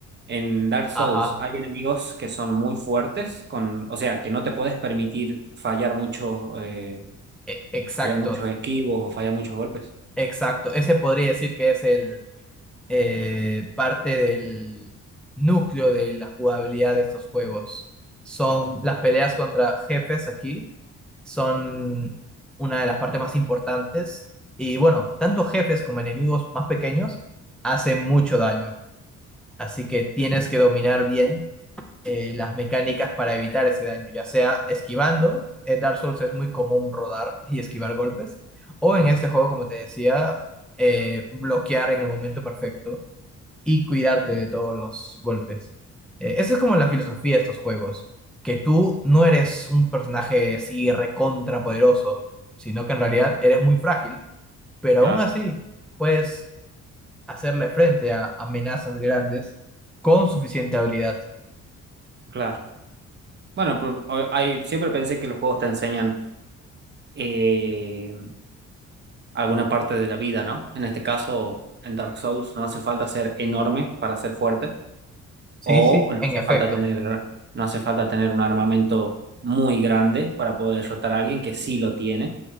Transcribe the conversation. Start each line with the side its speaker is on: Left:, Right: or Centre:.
Right: En Dark Souls
Centre: Ajá,
Right: hay enemigos que son muy fuertes, con, o sea, que no te puedes permitir fallar muchos, eh,
Centre: e- exacto,
Right: fallar muchos esquivos o fallar muchos golpes.
Centre: exacto. Ese podría decir que es el eh, parte del núcleo de la jugabilidad de estos juegos. Son las peleas contra jefes aquí, son una de las partes más importantes. Y bueno, tanto jefes como enemigos más pequeños hacen mucho daño. Así que tienes que dominar bien eh, las mecánicas para evitar ese daño, ya sea esquivando, en Dark Souls es muy común rodar y esquivar golpes, o en este juego, como te decía, eh, bloquear en el momento perfecto y cuidarte de todos los golpes. Eh, esa es como la filosofía de estos juegos, que tú no eres un personaje así recontra poderoso, sino que en realidad eres muy frágil, pero
Right: Claro,
Centre: aún así puedes hacerle frente a amenazas grandes con suficiente habilidad.
Right: claro. Bueno, pero o- hay, siempre pensé que los juegos te enseñan eh, alguna parte de la vida, ¿no? En este caso, en Dark Souls no hace falta ser enorme para ser fuerte.
Centre: Sí,
Right: O
Centre: sí,
Right: no
Centre: en
Right: hace
Centre: efecto.
Right: falta tener, no hace falta tener un armamento muy grande para poder derrotar a alguien que sí lo tiene.